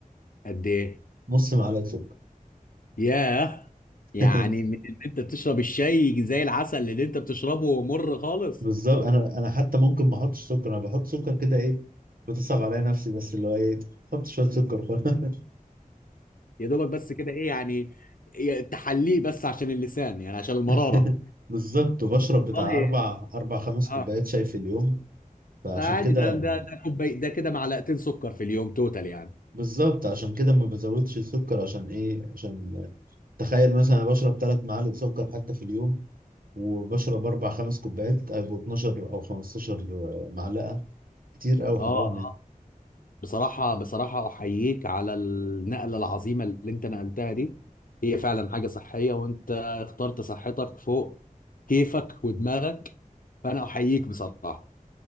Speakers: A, on the left (about 70°); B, on the right (about 75°).
A: قد ايه
B: نص معلقه سكر
A: ياه يعني
B: <laughs>
A: من ان انت بتشرب الشاي زي العسل اللي انت بتشربه مر خالص
B: بالظبط انا انا حتى ممكن ما احطش سكر انا بحط سكر كده ايه بتصعب عليا نفسي بس اللي هو ايه احط شويه سكر وخلاص.
A: يا دوبك بس كده ايه يعني إيه، تحليه بس عشان اللسان يعني عشان المرارة
B: <laughs> بالظبط وبشرب بتاع
A: والله
B: اربع اربع خمس
A: اه
B: كوبايات شاي في اليوم فعشان
A: عادي
B: كده
A: ده ده ده كوباي ده كده معلقتين سكر في اليوم توتال يعني
B: بالظبط عشان كده ما بزودش السكر عشان ايه عشان تخيل مثلا انا بشرب ثلاث معالق سكر حتى في اليوم وبشرب اربع خمس كوبايات هيبقوا 12 او 15 معلقه كتير قوي حرام
A: اه اه
B: يعني
A: بصراحة بصراحة أحييك على النقلة العظيمة اللي أنت نقلتها دي هي فعلا حاجة صحية وأنت اخترت صحتك فوق كيفك ودماغك فأنا أحييك بصراحة